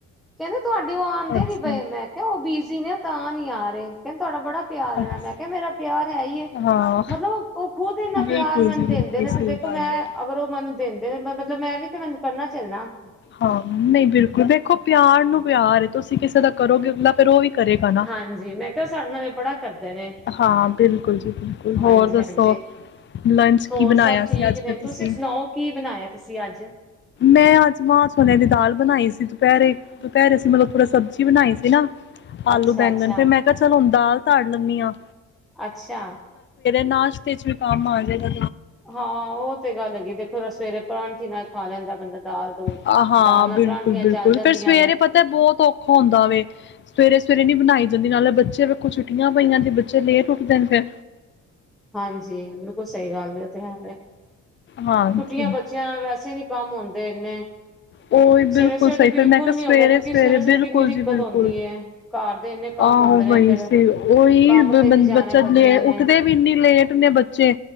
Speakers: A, in the centre; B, on the left.
A: ਕਹਿੰਦੇ ਤੁਹਾਡੇ ਉਹ ਆਦੇ
B: ਅੱਛਾ
A: ਨੀ ਪਏ ਮੈਂ ਕਿਹਾ ਉਹ ਬਿਜੀ ਨੇ ਤਾਂ ਨੀ ਆ ਰਹੇ ਕਹਿੰਦੇ ਤੁਹਾਡਾ ਬੜਾ ਪਿਆਰ
B: ਅੱਛਾ
A: ਨਾ ਮੈਂ ਕਿਹਾ ਮੇਰਾ ਪਿਆਰ ਹੈ ਹੀਏ
B: ਹਾਂ।
A: ਮਤਲਬ ਉਹ ਖੁਦ ਇੰਨਾ
B: ਬਿਲਕੁਲ
A: ਪਿਆਰ ਮੈਨੂੰ
B: ਜੀ ਬਿਲਕੁਲ
A: ਦਿੰਦੇ ਨੇ ਤੇ
B: ਸਹੀ
A: ਦੇਖੋ
B: ਗੱਲ
A: ਮੈਂ
B: ਹੈ।
A: ਅਗਰ ਉਹ ਮੈਨੂੰ ਦਿੰਦੇ ਨੇ ਮਤਲਬ ਮੈਂ ਵੀ ਤੇ ਮੈਨੂੰ ਕਰਨਾ ਚਲਨਾ ਇਹਨੂੰ
B: ਹਾਂ ਨਹੀਂ ਬਿਲਕੁਲ ਦੇੇਖੋ ਪਿਆਰ ਨੂੰ ਪਿਆਰ ਤੁਸੀਂ ਕਿਸੇ ਦਾ ਕਰੋਗੇ ਅਗਲਾ ਪਰ ਉਹ ਵੀ ਕਰੇਗਾ ਨਾ।
A: ਹਾਂਜੀ ਮੈਂ ਕਿਹਾ ਸਾਡੇ ਨਾਲ ਬੜਾ ਕਰਦੇ ਨੇ
B: ਹਾਂ ਬਿਲਕੁਲ ਜੀ ਬਿਲਕੁਲ,
A: ਹਾਂਜੀ
B: ਹੋਰ ਦੱਸੋ
A: ਹਾਂਜੀ
B: ਲੰਚ
A: ਹੋਰ
B: ਕੀ ਬਣਾਇਆ
A: ਸਭ ਠੀਕ
B: ਅੱਜ
A: ਨੇ
B: ਤੁਸੀ,
A: ਤੁਸੀਂ ਸੁਣਾਓ ਕੀ ਬਣਾਇਆ ਤੁਸੀਂ ਅੱਜ
B: ਮੈਂ ਅੱਜ ਮਾ ਛੋਲੇ ਦੀ ਦਾਲ ਬਣਾਈ ਸੀ। ਦੁਪਹਿਰੇ ਦੁਪਹਿਰੇ ਸੀ ਮਤਲਬ ਪੂਰਾ ਸਬਜ਼ੀ ਬਣਾਈ ਸੀ ਨਾ ਆਲੂ
A: ਅੱਛਾ
B: ਬੈਂਗਣ
A: ਅੱਛਾ
B: ਫਿਰ ਮੈਂ ਕਿਹਾ ਚਲ ਦਾਲ ਧਰ ਲੈਨੀ ਆ,
A: ਅੱਛਾ,
B: ਨਾਸ਼ਤੇ ਚ ਵੀ ਕੰਮ ਆ ਜਾਈਦਾ।
A: ਹਾਂ ਉਹ ਤੇ ਗੱਲ ਹੈਗੀ ਐ ਦੇਖੋ ਸਵੇਰੇ ਪਰਾਂਠੀ ਨਾਲ ਖਾ ਲੈਂਦਾ ਬੰਦਾ ਦਾਲ ਦੁਲ
B: ਹਾਂ
A: ਦਾਲ ਨਾਲ
B: ਬਿਲਕੁਲ
A: ਪਰਾਂਠੀਆਂ
B: ਬਿਲਕੁਲ
A: ਚੱਲ ਜਾਂਦੀਆਂ
B: ਫੇਰ ਸਵੇਰੇ
A: ਨੇ,
B: ਪਤਾ ਬਹੁਤ ਔਖਾ ਹੁੰਦਾ ਵੇ ਸਵੇਰੇ ਸਵੇਰੇ ਨੀ ਬਣਾਈ ਜਾਂਦੀ ਨਾਲੇ ਬੱਚੇ ਵੇਖੋ ਛੁੱਟੀਆਂ ਪਾਈਆਂ। ਲੇ ਉੁੱਠਦੇ ਨੇ ਫਿਰ
A: ਹਾਂਜੀ ਬਿਲਕੁਲ ਸਹੀ ਗੱਲ, ਤੇ ਹੈ
B: ਹਾਂਜੀ
A: ਛੁੱਟੀਆਂ ਬੱਚਿਆਂ ਨਾਲ ਵੈਸੇ ਵਿ ਕੰਮ ਆਉਂਦੇ ਇੰਨੇ
B: ਉਹੀ
A: ਸਵੇਰੇ
B: ਬਿਲਕੁਲ
A: ਸਵੇਰੇ
B: ਸਹੀ
A: ਤੇ ਬਿਲਕੁਲ
B: ਫਿਰ ਮੈਂ ਕਿਹਾ
A: ਨੀ
B: ਸਵੇਰੇ-ਸਵੇਰੇ
A: ਹੁੰਦਾ ਕਿਉਂਕਿ ਸਵੇਰੇ ਸਵੇਰੇ
B: ਬਿਲਕੁਲਮ
A: ਕਿੰਨੀ ਦਿੱਕਤ
B: ਜੀ ਬਿਲਕੁਲ
A: ਹੁੰਦੀ ਹੈ। ਘਰ ਦੇ ਇੰਨੇ ਕੰਮ
B: ਆਹੋ
A: ਹੁੰਦੇ ਨੇ
B: ਬਹੀ
A: ਫੇਰ
B: ਸੀ ਉਹੀ
A: ਕੰਮ ਤੇ ਵੀ ਜਾਣਾ
B: ਬੱਚਾ
A: ਬੰਦਿਆਂ
B: ਲੈ
A: ਨੇ
B: ਉੱਠਦੇ ਵੀ ਐਨੀ ਲੇਟ ਹੁੰਦੇ ਬੱਚੇ